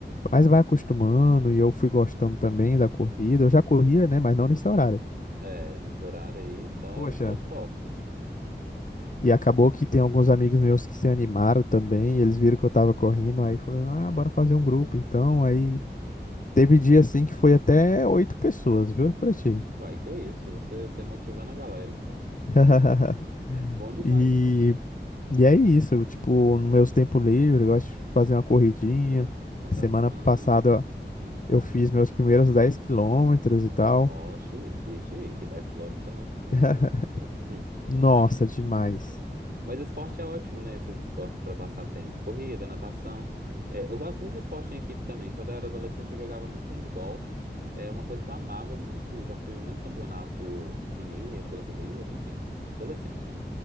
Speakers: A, on the left (about 45°); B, on the right (about 60°).
A: Mas vai acostumando e eu fui gostando também da corrida. Eu já corria, né? Mas não nesse horário.
B: É, nesse horário aí, só,
A: Poxa,
B: só os fortes.
A: E acabou que tem alguns amigos meus que se animaram também, eles viram que eu tava correndo, aí falei, ah, bora fazer um grupo. Então, aí teve dia assim que foi até oito pessoas, juro pra ti.
B: Uai, que isso, você, você motivando a galera, então.
A: <laughs>
B: <laughs> Bom demais.
A: E, e é isso, tipo, no meus
B: Uhum.
A: tempo livre, eu gosto de fazer uma corridinha.
B: Natação.
A: Semana passada
B: Uhum.
A: eu fiz meus primeiros dez quilômetros e tal.
B: Ó, chique, chique. dez quilômetros é muito, muito
A: <laughs>
B: quilômetro. <clears throat>
A: Nossa, demais.
B: Mas esporte é ótimo, né? Esses esportes para passar tempo. Corrida, natação. É, eu gosto muito de esporte em equipe também. Quando eu era adolescente, eu jogava muito handball. É uma coisa que eu amava muito. Já fui muito campeonato mineiro, brasileiro, enfim. Adolescente, né?